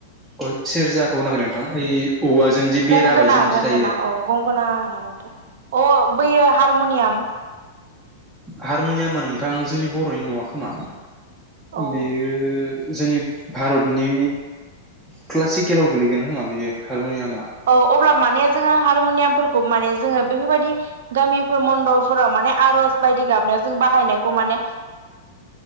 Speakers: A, in the centre; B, on the right (about 70°).
A: अ सेरजाखौ होनाखै नोंथां ओइ औवाजों जि
B: गंगोना
A: बेराबायदि मोनसे
B: गंगोना
A: थायो।
B: औ गंगोना नामाथाय अ बैयो हारम'नियाम
A: हारम'नियामा नोंथां जोंनि बर'नि नङा खोमा।
B: औ
A: बेयो जोंनि भारतनि क्लासिकेलाव गोलैगोन खोमा बियो हारम'नियामा।
B: औ अब्ला माने जोङो हारमुनियामफोरखौ माने जोङो बेफोरबायदि गामिफोर मन्दबफोराव माने आर'ज बायदि गाबनायाव जों बाहायनायखौ माने